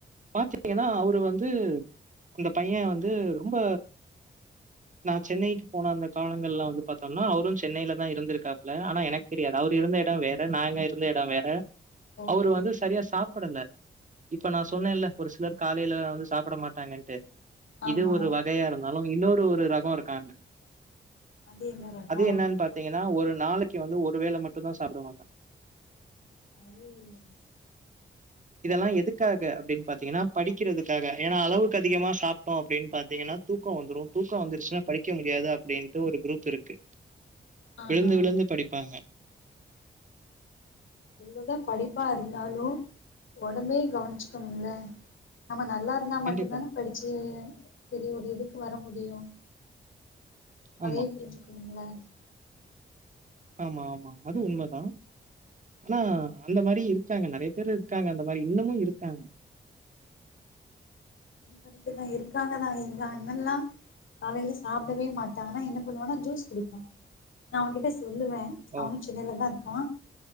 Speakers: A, on the right; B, on the left.
A: பாத்துட்டீங்னா அவரு வந்து அந்த பையன் வந்து ரொம்ப நா சென்னைக்கு போன அந்த காலங்கள்லா வந்து பாத்தம்னா அவரு சென்னைலதா இருந்துருக்காப்புல ஆனா எனக்கு தெரியாது அவரு இருந்த எடோ வேற நாங்கருந்த எடோ வேற
B: ஓகே
A: அவரு வந்து சரியா சாப்படல இப்ப நா சொன் சொன்னேல ஒரு சிலர் காலைல வந்து சாப்ட மாட்டாங்கன்ட்டு
B: ஆமா
A: இது ஒரு வகையாருந்தாலு இன்னொரு ஒரு ரகொ இருக்காங்க
B: அது என்ன ரகோ
A: அது என்னன் பாத்தீங்கனா ஒரு நாளைக்கு வந்து ஒரு வேள மட்டு தா சாப்டுவாங்க
B: <unintelligible>
A: இதுதெல்லா எதுக்காக அப்டின் பாத்தீங்னா படிக்கறதுக்காக ஏனா அளவுக்கு அதிகமா சாப்ட்டோ அப்டின் பாத்தீங்னா தூக்கொ வந்துடு தூக்கொ வந்துருச்சுனா படிக்க முடியாது அப்டின்ட்டு ஒரு குரூப் இருக்கு
B: ஆஹா
A: விழுந்து விழுந்து படிப்பாங்க <inaudible>
B: அதான் படிப்பாருந்தாலு ஒடம்பயு கவனிச்சுக்கணும்ல நம்ம நல்லாருந்தா
A: கண்டிப்பா
B: மட்டு தானே படிச்சு சரி ஒரு இதுக்கு வர முடியு
A: ஆமா
B: அதயு புரிஞ்சுக்கணும்ல
A: ஆமா ஆமா அது உண்மதா ஆனா
B: ம் ம்
A: அந்த மாரி இருக் க்காங்க நறைய பேரு இருக்காங்க அந்த மாரி இன்னமு இருக்காங்க
B: கரட்டு தா இருக்காங்க தா எங்க அண்ணலா காலைல சாப்டவே மாட்டாங்க ஆனா என்ன பண்ணுவாங்க ஜுஸ் குடிப்பாங்க நா அவங்கிட்ட சொல்லுவே
A: ஓ
B: அவனு சென்னைல தா இருக்கா